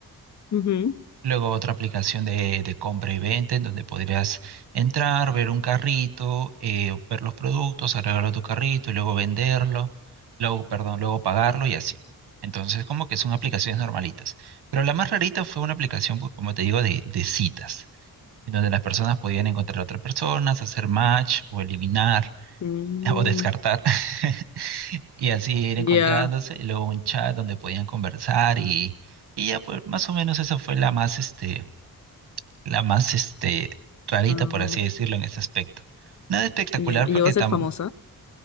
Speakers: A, on the left; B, on the right.
A: ujú,
B: Luego otra aplicación de, de compra y venta en donde podrías entrar, ver un carrito, eh, ver los productos, agregarlo a tu carrito y luego venderlo, luego, perdón, luego pagarlo y así. Entonces, como que son aplicaciones normalitas. Pero la más rarita fue una aplicación, pues, como te digo, de, de citas en donde las personas podían encontrar a otras personas, hacer match o eliminar
A: Mm,
B: <laughs> o descartar <laughs> y así ir encontrándose
A: ya,
B: y luego un chat donde podían conversar y, y ya pues más o menos esa fue la más este la más este rarita
A: ah,
B: por así decirlo en ese aspecto. Nada espectacular
A: ya. Llegó
B: porque
A: a ser
B: tam
A: famosa.